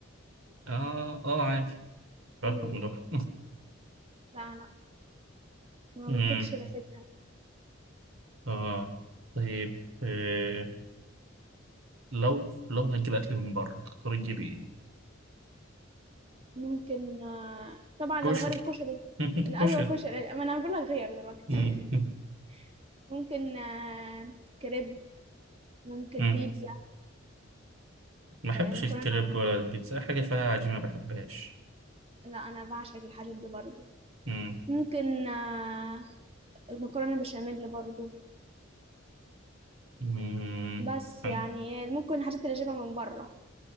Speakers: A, on the right; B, on the right.
A: اه اه عادي باكل
B: ايوه
A: من ده.
B: لا لا ما
A: <laughs> مم.
B: بطيقش ريحتها
A: اه طيب آه. لو لو هتجيب اكل من بره تختار تجيب ايه
B: ممكن آه، طبعا لو
A: كشري
B: غير الكشري
A: <laughs>
B: ايوه
A: كشري
B: كشري ما انا هقول لك غير دلوقتي
A: مم.
B: <laughs> ممكن آه، كريب ممكن
A: مم.
B: بيتزا
A: ما بحبش
B: آه، مكرونة
A: الكريب ولا البيتزا أي حاجه فيها عجينه ما بحبهاش
B: لا انا بعشق الحاجات دي برضو
A: مم.
B: ممكن آه، مكرونة بشاميل برضو
A: مم.
B: بس
A: عن-
B: يعني ممكن الحاجات اللي اجيبها من بره